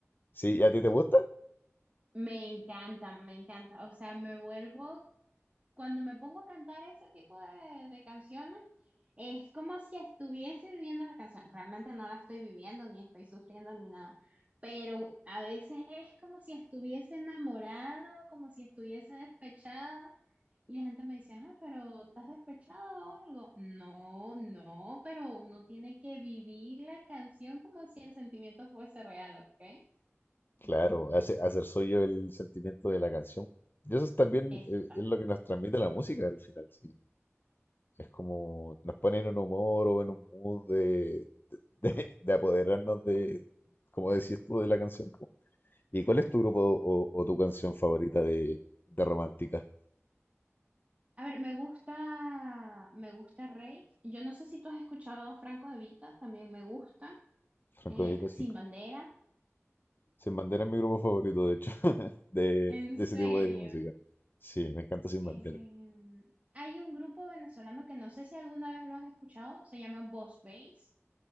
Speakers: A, on the left; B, on the right.
A: Sí, y ¿a ti te gusta?
B: Me encanta, me encanta. O sea, me vuelvo cuando me pongo a cantar ese tipo de, de canciones, es como si estuviese viviendo la canción. Realmente no la estoy viviendo, ni estoy sufriendo, ni nada. Pero a veces es como si estuviese enamorada o como si estuviese despechada. Y la gente me dice, ah, pero ¿estás despechada o algo? No, no, pero uno tiene que vivir la canción como si el sentimiento fuese real, ¿ok?
A: Claro, hace, hacer suyo el sentimiento de la canción. Y eso es también
B: Exacto.
A: eh, es lo que nos transmite la música al final, sí. Es como nos pone en un humor o en un mood de, de, de- de apoderarnos de, como decías tú, de la canción. po. ¿Y cuál es tu grupo o, o tu canción favorita de, de romántica?
B: A ver, me gusta, me gusta Rake. Yo no sé si tú has escuchado a Franco De Vita, también me gusta.
A: Franco
B: Eh,
A: de Vita,
B: Sin
A: sí.
B: Bandera.
A: Sin Bandera es mi grupo favorito, de hecho. de,
B: En
A: de
B: serio.
A: ese tipo de música. Sí, me encanta Sin
B: Eh,
A: Bandera.
B: hay un grupo venezolano que no sé si alguna vez lo has escuchado, se llama Boss Bass.